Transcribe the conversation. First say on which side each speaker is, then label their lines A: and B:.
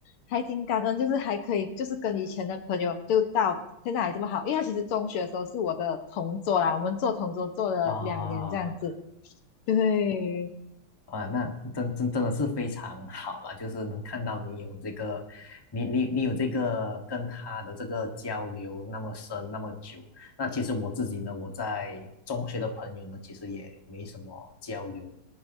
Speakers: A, on the left; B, on the left.
A: 还挺感恩，就是还可以就是跟以前的朋友就到现在还这么好，因为他其实中学的时候是我的同桌啦，我们做同桌做了两年这样子，
B: 啊。
A: 就会
B: 啊，那真真真的是非常好了，就是能看到你有这个，你你你有这个跟他的这个交流那么深那么久。那其实我自己呢，我在中学的朋友呢，其实也没什么交流，